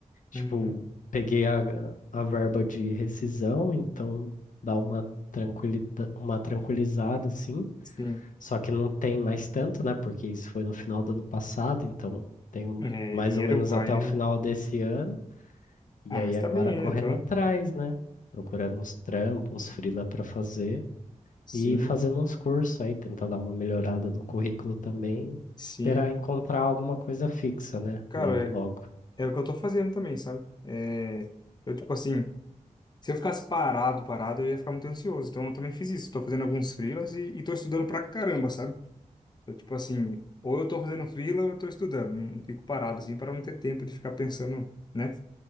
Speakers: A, on the left; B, on the left.
A: Tipo,
B: Uhum.
A: peguei a, a verba de rescisão, então dá uma tranquilida, uma tranquilizada, assim.
B: Sim.
A: Só que não tem mais tanto, né? Porque isso foi no final do ano passado, então tenho
B: É,
A: mais
B: e dinheiro
A: ou menos
B: vai,
A: até
B: né?
A: o final desse ano. E
B: Ah,
A: aí
B: mas tá
A: agora
B: bem ainda,
A: correndo
B: então.
A: atrás, né? Procurando uns trampos, uns freela para fazer
B: Sim,
A: e fazendo uns cursos aí, tentar dar uma melhorada no currículo também,
B: sim.
A: esperar encontrar alguma coisa fixa, né?
B: Cara,
A: Logo, logo.
B: é, é o que eu tô fazendo também, sabe? É, eu, tipo assim, se eu ficasse parado, parado, eu ia ficar muito ansioso. Então eu também fiz isso. Tô fazendo alguns freelas e, e tô estudando pra caramba, sabe? Eu, tipo assim, ou eu tô fazendo freela ou eu tô estudando. Não, não fico parado assim para não ter tempo de ficar pensando, né?